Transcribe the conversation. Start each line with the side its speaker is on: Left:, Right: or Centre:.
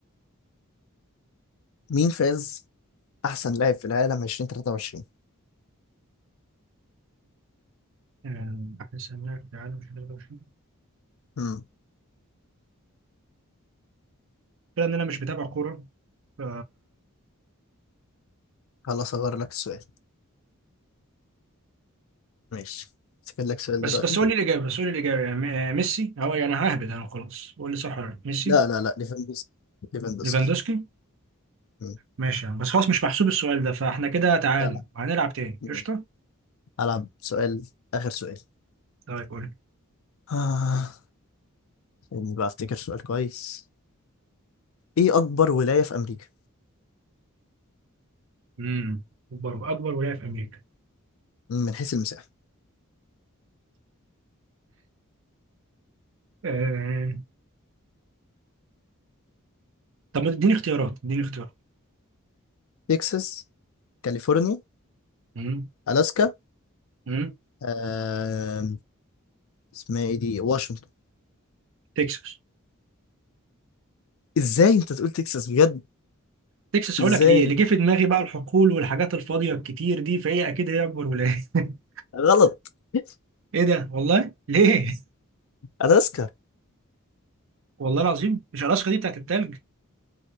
Left: مين فاز احسن لاعب في العالم 2023
Right: آه، أحسن لاعب في العالم في 23
Left: امم
Right: كده ان انا مش بتابع كوره ف...
Left: خلاص اغير لك السؤال ماشي افتكر لك سؤال
Right: بس
Left: دلوقتي
Right: بس قول لي الاجابه بس قول لي الاجابه يعني م- آه، ميسي هو يعني ههبد انا خلاص قول لي صح ولا لا ميسي
Left: لا لا لا ليفاندوسكي ليفاندوسكي
Right: ليفاندوسكي
Left: مم.
Right: ماشي يا عم بس خلاص مش محسوب السؤال ده فاحنا كده تعادل
Left: لا لا
Right: هنلعب تاني
Left: ماشي.
Right: قشطه
Left: هلعب سؤال اخر سؤال
Right: طيب قول لي
Left: آه. سيبني بقى افتكر سؤال كويس ايه اكبر ولاية في امريكا
Right: امم اكبر اكبر ولايه في امريكا
Left: من حيث المساحة
Right: آه... طب ما تديني اختيارات اديني اختيارات
Left: تكساس كاليفورنيا
Right: امم
Left: الاسكا
Right: امم
Left: آه... اسمها ايه دي واشنطن
Right: تكساس
Left: ازاي انت تقول تكساس بجد
Right: تكساس
Left: ازاي
Right: هقول لك ليه اللي جه في دماغي بقى الحقول والحاجات الفاضيه الكتير دي فهي اكيد هي اكبر ولايه <laughs>
Left: غلط <laughs>
Right: ايه ده والله ليه
Left: الاسكا
Right: والله العظيم مش الاسكا دي بتاعت التلج